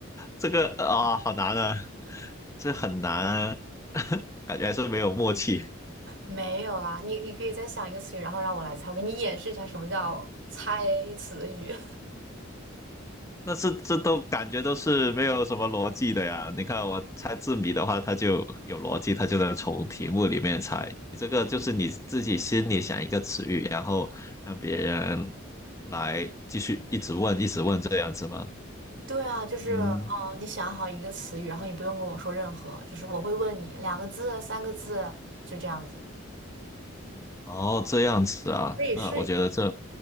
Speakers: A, on the left; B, on the right.
A: 这个啊、好难啊，这很难啊 <laughs> 感觉还是没有默契。
B: 没有啦，你你可以再想一个词语，然后让我来猜，我给你演示一下什么叫猜词语。
A: 那是这都感觉都是没有什么逻辑的呀。你看我猜字谜的话，它就有逻辑，它就能从题目里面猜。你这个就是你自己心里想一个词语，然后让别人来继续一直问，一直问这样子吗？
B: <laughs> 对啊，就是嗯，
A: 嗯，
B: 呃你想好一个词语，然后你不用跟我说任何，就是我会问你两个字、三个字，就这样子，
A: 哦，这样子啊。
B: 可以试一
A: 那我觉得这